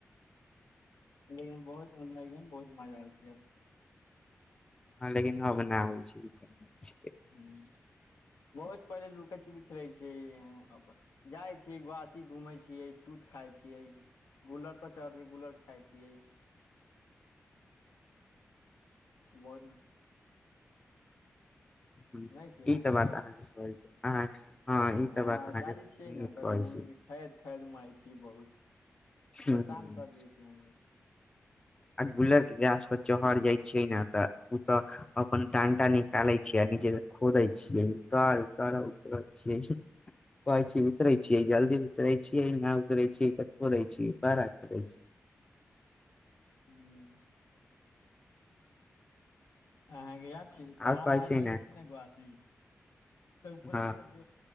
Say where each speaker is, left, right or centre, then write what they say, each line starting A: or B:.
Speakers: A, on the left (about 75°); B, on the left (about 15°).
A: लेकिन बहुत मत बहुत मजा अबल छैब।
B: हँ, लेकिन अब नहि होइ छै।
A: ह, बहुत पहिले लुकै छी भी खेलै छिये। जाइ छियै वासी घूमे छियै तूत खाय छियै गुलद। पचार के गुलर खाइ छियै बहुत।
B: ह
A: सुनै छियै अहाँके
B: ई तऽ बात अहाँके। हँ ई तऽ
A: आ
B: बात अहाँकेँ
A: दादी छियै
B: नीक
A: ने तब
B: कहै
A: हमनी
B: छी।
A: के खैद खैद मै छी बहुत
B: हूँ
A: परेशान कर दै छी हमलोग।
B: आ गुलरके गाछ पर चहर जाइ छियै ने तऽ ओ तऽ अपन डानटान। खलै छियै नीचे खोदै छियै उतार उतार उतरै छियै। कहै छै उचरै छी। जल्दी उतरे छियै, नहि उतरे छियै छियै बड़ा करै छी।
A: नै अहाँकेँ छी दहर
B: आओर कहै
A: आय
B: छै
A: रहल छी ने गासी तऽ ऊपरे।
B: हँ
A: सभ